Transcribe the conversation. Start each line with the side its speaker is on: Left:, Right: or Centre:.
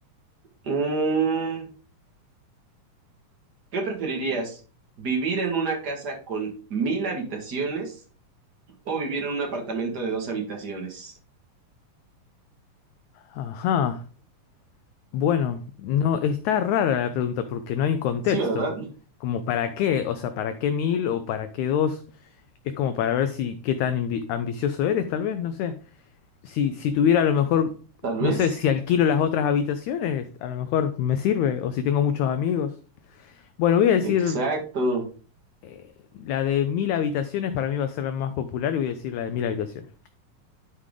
Right: Mm, ¿Qué preferirías? ¿Vivir en una casa con mil habitaciones o vivir en un apartamento de dos habitaciones?
Left: Ajá. Bueno, no, está rara la pregunta porque no hay un contexto.
Right: Sí, ¿verdad?
Left: Como para qué, o sea, para qué mil o para qué dos. Es como para ver si qué tan ambi- ambicioso eres, tal vez, no sé. Si, si tuviera a lo mejor,
Right: Tal
Left: no
Right: vez.
Left: sé, si alquilo las otras habitaciones, a lo mejor me sirve, o si tengo muchos amigos. Bueno, voy a decir,
Right: Exacto.
Left: eh, la de mil habitaciones para mí va a ser la más popular y voy a decir la de mil habitaciones.